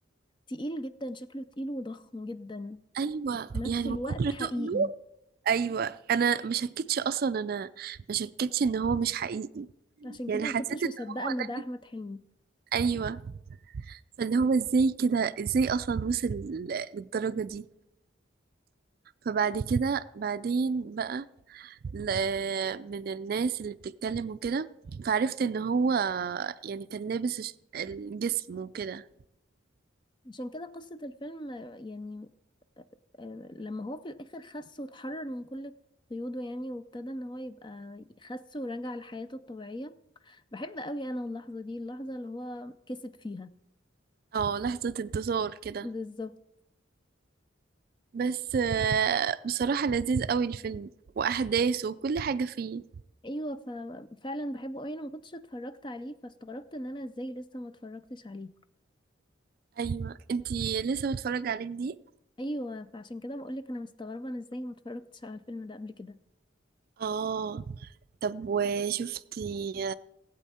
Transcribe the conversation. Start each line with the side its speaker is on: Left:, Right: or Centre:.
Left: تقيل جدا شكله تقيل وضخم جدا
Right: ايوه
Left: في نفس
Right: يعني
Left: الوقت
Right: من كتر
Left: حقيقي
Right: تقله ايوه انا ما شكتش اصلا انا ما شكتش ان هو مش حقيقي
Left: عشان
Right: يعني
Left: كده ما
Right: حسيت
Left: كنتش
Right: ان
Left: مصدقة
Right: أنا-
Left: إن ده
Right: جيت-
Left: أحمد حلمي
Right: ايوه فاللي هو ازاي كده ازاي اصلا وصل للدرجة دي فبعد كده بعدين بقى ل- من الناس اللي بتتكلم وكده فعرفت ان هو يعني كان لابس الش- الجسم وكده
Left: عشان كده قصة الفيلم آه، يعني آه، آه، لما هو في الآخر خس واتحرر من كل قيوده يعني وابتدى إن هو يبقى خس ورجع لحياته الطبيعية بحب قوي انا اللحظه دي اللحظه اللي هو كسب فيها
Right: اه لحظة انتصار كده
Left: بالظبط
Right: بس آه، بصراحة لذيذ قوي الفيلم واحداثه وكل حاجة فيه
Left: ايوه ففعلا بحبه قوي انا ما كنتش اتفرجت عليه فاستغربت ان انا ازاي لسه ما اتفرجتش عليه
Right: ايوه انتي لسه متفرجة عليه جديد
Left: ايوه فعشان كده بقول لك انا مستغربه انا ازاي ما اتفرجتش على الفيلم ده قبل كده
Right: اه طب وشفتي